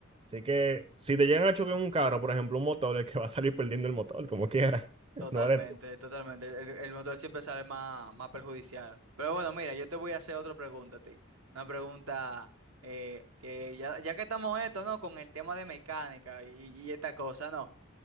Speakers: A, on the right (about 25°); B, on the right (about 80°).
A: Así que si te llegan a chocar un carro, por ejemplo, un motor, el que va a salir perdiendo el motor, como quiera. <laughs>
B: Totalmente,
A: No eres tú.
B: totalmente. El, el motor siempre sale más, más perjudicial. Pero bueno, mira, yo te voy a hacer otra pregunta a ti. Una pregunta eh, que ya, ya que estamos esto, ¿no? Con el tema de mecánica y, y esta cosa, ¿no?